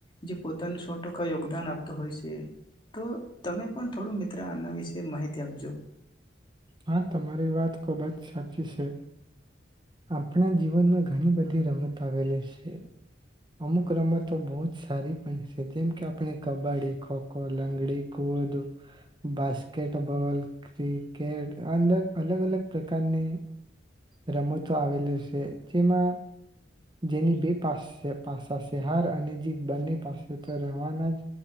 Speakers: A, on the left (about 25°); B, on the right (about 25°).
A: જે પોતાને સો ટકા યોગદાન આપતો હોય છે તો તમે પણ થોડું મિત્ર આના વિશે માહિતી આપજો.
B: હા, તમારી વાત ખુબ જ સાચી છે આપણા જીવનમાં ઘણી બધી રમતો આવેલી છે. અમુક રમતો બહુ જ સારી પણ છે જેમ કે આપણે કબડ્ડી, ખોખો, લાંગડી, કુવ, બાસ્કેટબોલ કેટ અલગ-અલગ, અલગ પ્રકારની રમતો આવેલી છે જેમાં જેની બે પા પાસા છે હાર અને જીત, બંને પાસે તો રહેવાના જ